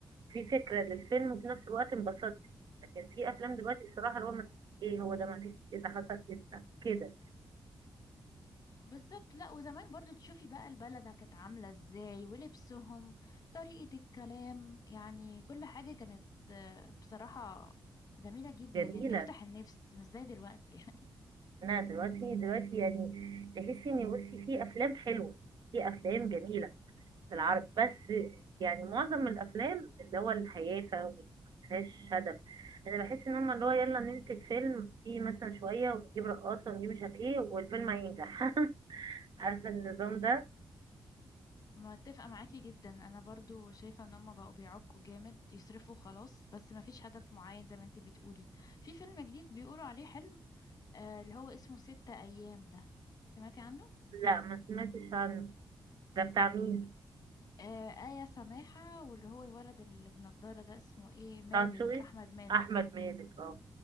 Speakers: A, on the right; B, on the left.
A: في فكرة للفيلم وفي نفس الوقت انبسطت لكن في أفلام دلوقتي الصراحة اللي هو ما- إيه هو ده ما فيش إيه ده حصل إيه ده كده
B: بالظبط لا وزمان برضو تشوفي بقى البلد كانت عاملة ازاي ولبسهم طريقة الكلام يعني كل حاجة كانت آه، بصراحة جميلة جدا
A: جميلة
B: يعني تفتح النفس مش زي دلوقتي <laughs> يعني
A: انا دلوقتي دلوقتي يعني تحسي ان بصي في افلام حلوه في افلام جميله في العرب بس يعني معظم الافلام اللي هو الهيافه ومفيهاش هدف انا بحس ان هم اللي هو يلا ننتج فيلم فيه مثلا شويه ونجيب رقاصه ونجيب مش عارف ايه والفيلم هينجح <laughs> عارفه النظام ده
B: متفقة معاكي جدا انا برضو شايفة ان هما بقوا بيعكوا جامد يصرفوا خلاص بس مفيش هدف معين زي ما انتي بتقولي في فيلم جديد بيقولوا عليه حلو آه اللي هو اسمه ستة ايام ده سمعتي عنه
A: لا ما سمعتش عنه ده بتاع مين
B: د- آه آية سماحة واللي هو الولد اللي بنضارة ده اسمه ايه مالك
A: بتاع دسوقي
B: احمد مالك
A: احمد مالك اه